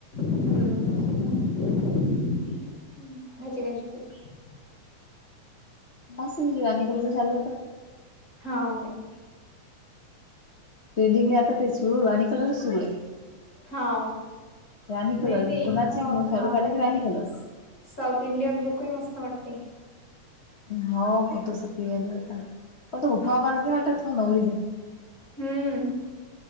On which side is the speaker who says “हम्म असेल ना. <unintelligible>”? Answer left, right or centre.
Left